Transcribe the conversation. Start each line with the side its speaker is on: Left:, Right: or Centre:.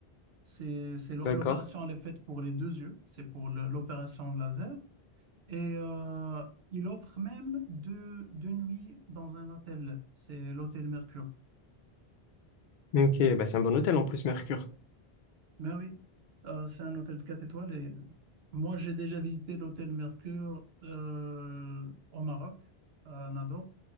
Right: C'est, c'est l'o-
Left: D'accord.
Right: l'opération, elle est faite pour les deux yeux. C'est pour le- l'opération de laser. Et euh, il offre même deux, deux nuits dans un hôtel. C'est l'hôtel Mercure.
Left: Ok, bah c'est un bon hôtel en plus, Mercure.
Right: Ben oui, Euh, c'est un hôtel de 4 étoiles et moi j'ai déjà visité l'hôtel Mercure euh, au Maroc, à Nador,